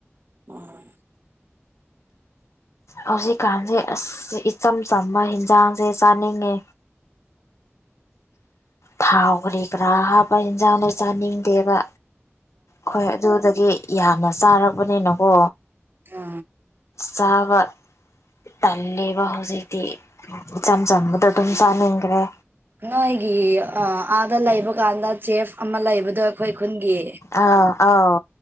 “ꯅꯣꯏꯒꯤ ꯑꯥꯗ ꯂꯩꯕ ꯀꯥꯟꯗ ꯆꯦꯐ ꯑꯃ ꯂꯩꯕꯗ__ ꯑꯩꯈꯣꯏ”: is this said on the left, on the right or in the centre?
Right